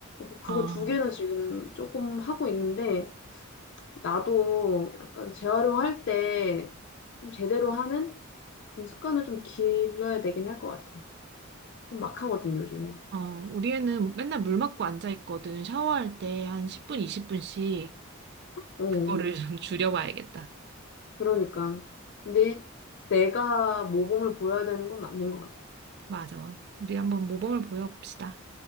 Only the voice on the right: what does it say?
아.
어, 우리 애는 맨날 물 맞고 앉아 있거든. 샤워할 때 한 10분, 20분씩
그거를 좀 줄여봐야겠다.
맞아. 우리 한번 모범을 보여봅시다.